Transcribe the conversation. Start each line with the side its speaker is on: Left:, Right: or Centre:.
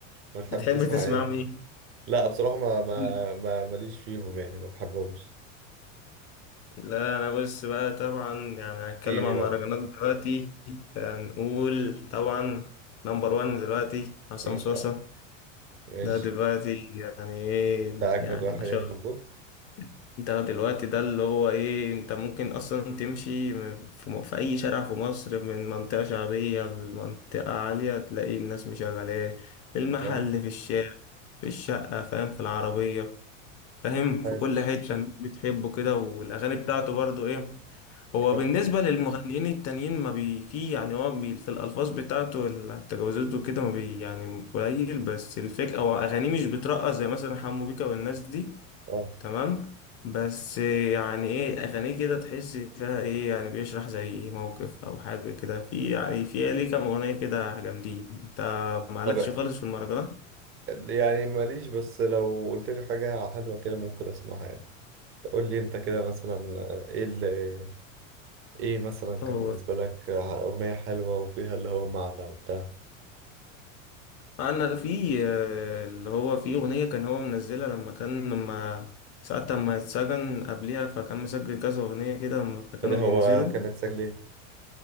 Right: بتحب
Left: بتحب
Right: تسمع
Left: تسمع
Right: ايه؟
Left: مين
Right: لا بصراحة ما ما
Left: قول.
Right: ما ماليش فيهم يعني ما بحبهمش
Left: لا انا بص بقى طبعا يعني هنتكلم
Right: ايه
Left: عن
Right: بقى
Left: مهرجانات دلوقتي هنقول طبعا نمبر وان دلوقتي عصام
Right: مين
Left: صاصا
Right: بقى ماشي
Left: ده دلوقتي يعني ايه
Right: ده اجمد
Left: يعني
Right: واحد
Left: ما شاء
Right: يعني موجود
Left: الله ده دلوقتي ده اللي هو ايه انت ممكن اصلا تمشي م- في, م- في اي شارع في مصر من منطقة شعبية لمنطقة عالية تلاقي الناس مشغلاه في المحل
Right: آه.
Left: في الشارع في الشقة فاهم في العربية فاهم في
Right: عارف
Left: كل حتة الناس بتحبه كده والاغاني بتاعته برضو ايه هو
Right: حلو
Left: بالنسبة للمغنيين التانيين ما بي في يعني هو بي في الألفاظ بتاعته التجاوزات وكده ما بي يعني قليل بس الفكرة أو أغانيه مش بترقص زي مثلا حمو بيكا والناس دي
Right: اه
Left: تمام بس يعني إيه أغانيه كده تحس فيها إيه يعني بيشرح زي موقف أو حاجة كده في يعني في ليه كام أغنية كده جامدين أنت مالكش
Right: طب
Left: خالص في المهرجانات؟
Right: يعني ماليش بس لو قلت لي حاجة حلوة كده ممكن اسمعها يعني تقول لي انت كده مثلا ايه اللي ايه مثلا كان
Left: هو
Right: بالنسبة لك اغنية حلوة وفيها اللي هو معنى وبتاع
Left: انا في آه، اللي هو في اغنيه كان هو منزلها لما كان لما ساعة ما اتسجن قبليها فكان مسجل كذا اغنيه كده لما كانوا
Right: ايه ده
Left: بينزلوا
Right: هو كانت سجلة